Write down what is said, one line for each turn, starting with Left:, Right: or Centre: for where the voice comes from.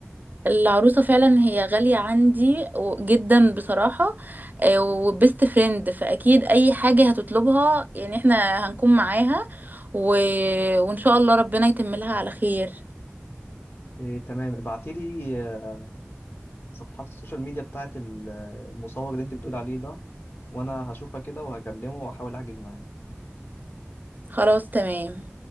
Right: العروسة فعلا هي غالية عندي و- جدا بصراحة آه، وبست فريند فأكيد أي حاجة هتطلبها يعني احنا هنكون معاها و... وإن شاء الله ربنا يتم لها على خير
Left: إيه تمام ابعتيلي آه، صفحات السوشيال ميديا بتاعت ال- المصور اللي انت بتقول عليه ده وأنا هشوفها كده وهكلمه وأحاول أحجز معاه
Right: خلاص تمام